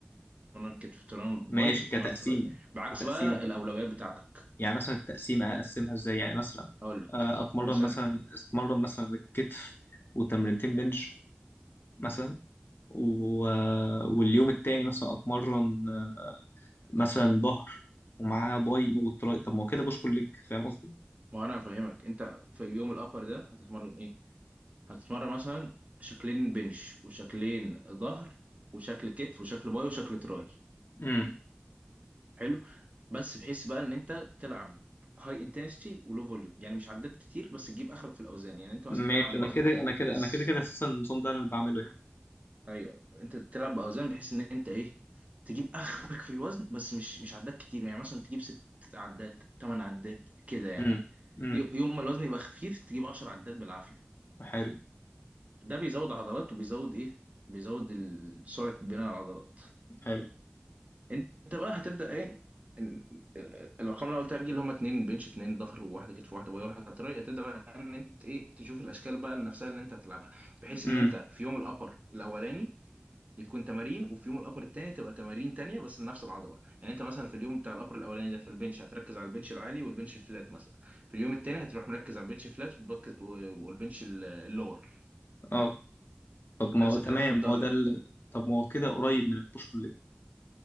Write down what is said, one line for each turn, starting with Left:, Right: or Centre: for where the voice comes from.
Right: بتتمرن كتف بتتمرن
Left: ماشي
Right: باي بتتمرن
Left: كتقسيمه
Right: تراي بعكس
Left: كتقسيمه
Right: بقى
Left: بقى
Right: الاولويات بتاعتك
Left: يعني مثلا التقسيمة
Right: انت
Left: أقسمها إزاي يعني مثلا
Right: هقول لك
Left: آه، أتمرن
Right: مثلا
Left: مثلا أتمرن مثلا الكتف وتمرينتين بنش مثلا و... آه، واليوم التاني مثلا أتمرن آه، مثلا ظهر ومعاها باي وتراي طب ما هو كده بوش بول ليج فاهم قصدي؟
Right: ما هو انا هفهمك انت في اليوم الابر ده هتتمرن ايه هتتمرن مثلا شكلين بنش وشكلين ظهر وشكل كتف وشكل باي وشكل تراي
Left: امم
Right: حلو بس بحيث بقى ان انت تلعب هاي انتنستي ولو فوليوم يعني مش عدات كتير بس تجيب اخرك في الاوزان يعني انت مثلا
Left: ماشي
Right: تلعب
Left: أنا
Right: وزن
Left: كده أنا كده
Right: بحيث
Left: أنا كده كده أساسا النظام ده أنا اللي بعمله يعني
Right: ايوه انت تلعب باوزان بحيث ان انت ايه تجيب اخرك في الوزن بس مش مش عدات كتير يعني مثلا تجيب ست عدات تمن عدات كده يعني
Left: امم امم
Right: ي- يوم ما الوزن يبقى خفيف تجيب عشر عدات بالعافيه
Left: حلو
Right: ده بيزود عضلات وبيزود ايه بيزود ال- سرعه بناء العضلات
Left: حلو
Right: انت بقى هتبدا ايه إن- الارقام اللي قلت لك دي اللي هم اتنين بنش اتنين ظهر وواحده كتف واحده باي واحده تراي هتبدا بقى ان انت ايه تشوف الاشكال بقى نفسها اللي انت هتلعبها بحيث
Left: امم
Right: ان انت في يوم الابر الاولاني يكون تمارين وفي يوم الابر التاني تبقى تمارين تانية بس لنفس العضله يعني انت مثلا في اليوم بتاع الابر الاولاني ده في البنش هتركز على البنش العالي والبنش الفلات مثلا في اليوم التاني هتروح مركز على البنش الفلات وتبك- و- والبنش ال- اللور
Left: اه طب ما
Right: نفس
Left: هو تمام
Right: الكلام في الظهر
Left: ما هو ده ال... طب ما هو كده قريب من البوش بول ليج